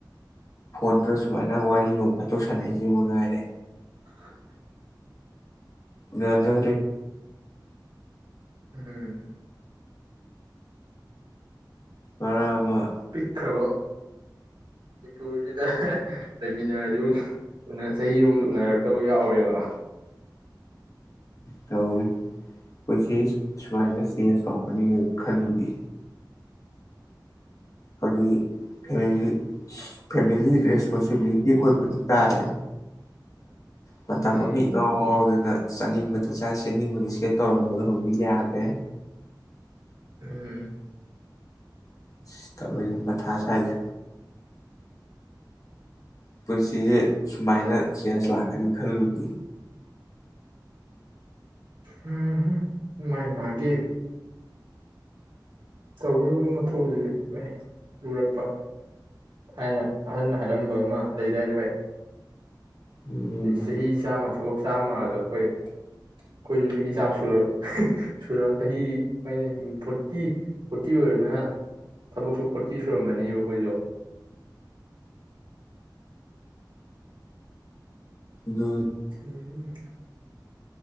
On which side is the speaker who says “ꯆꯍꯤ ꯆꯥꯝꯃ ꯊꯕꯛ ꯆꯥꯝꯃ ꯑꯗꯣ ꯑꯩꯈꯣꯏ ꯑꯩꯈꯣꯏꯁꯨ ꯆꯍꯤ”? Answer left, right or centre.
Right